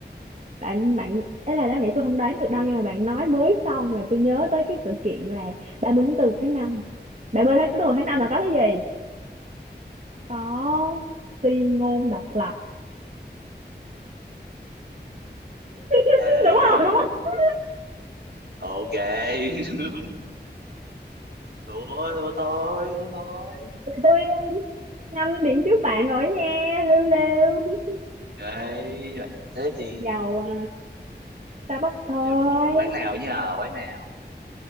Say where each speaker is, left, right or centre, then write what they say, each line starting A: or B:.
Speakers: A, on the right; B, on the right.
A: bạn bạn ấy là đáng lẽ tôi không đoán được đâu nhưng mà bạn nói mới xong là tôi nhớ tới cái sự kiện là 30 tháng 4 một tháng năm ba mươi tháng 4 một tháng 5 là có cái gì? có ti ngôn độc lập <laughs>
B: Ê,
A: đúng không đúng không
B: ok. <laughs> Thua, thua thôi, thua thôi.
A: tôi uh, ngâm điện trước bạn rồi đó nha lêu lêu <laughs>
B: Ok, rồi em thế thì
A: dầu ờ, Starbucks thôi
B: em muốn quán nào nhá, quán nào.